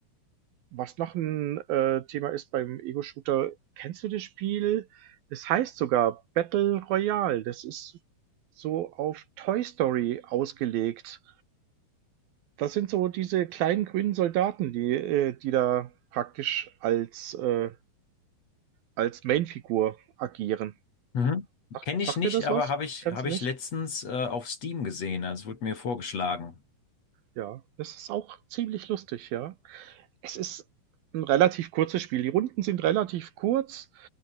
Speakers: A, on the right; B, on the left.
A: Was noch ein äh, Thema ist beim Ego-Shooter, kennst du das Spiel? Es heißt sogar Battle Royale. Das ist so auf Toy Story ausgelegt. Das sind so diese kleinen grünen Soldaten, die äh, die da praktisch als, äh als Mainfigur agieren.
B: Mhm.
A: Sagt
B: Kenne
A: sagt
B: ich nicht,
A: dir das
B: aber
A: was?
B: habe ich,
A: Kennst
B: habe
A: du
B: ich
A: nicht?
B: letztens äh, auf Steam gesehen. Also es wurde mir vorgeschlagen.
A: Ja, das ist auch ziemlich lustig, ja. Es ist ein relativ kurzes Spiel. Die Runden sind relativ kurz.